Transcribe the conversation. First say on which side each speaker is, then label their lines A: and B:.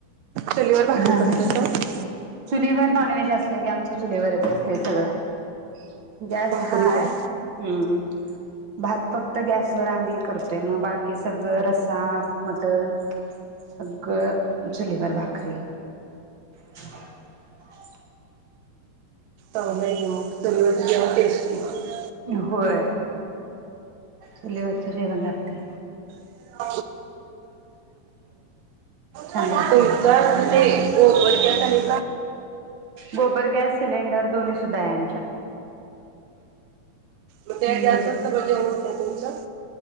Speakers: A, on the right; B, on the right.
A: चुलीवर भाकरी
B: हा
A: करत्यात.
B: चुलीवर नॉनव्हेज बाहेर असल की आमच चुलीवरच असतय सगळं गॅस
A: भाकरी
B: हाय
A: पण
B: हम भात फक्त गॅस वर आम्ही करतोय मग बाकी सगळं रसा मटण सगळं चुलीवर भाकरीे <inaudible>
A: <inaudible>
B: होय चुलीवरचं जेवण लागतय.
A: <inaudible> <inaudible>
B: छान
A: तुमच
B: लागते
A: आहे गोबर गॅस आणि
B: गोबर गॅस सिलेंडर दोन्ही सुद्धा आहे आमच्यात.
A: मग ते जास्त
B: दोन्ही
A: वाजत
B: पण
A: भजीव होत आहे तुमचं.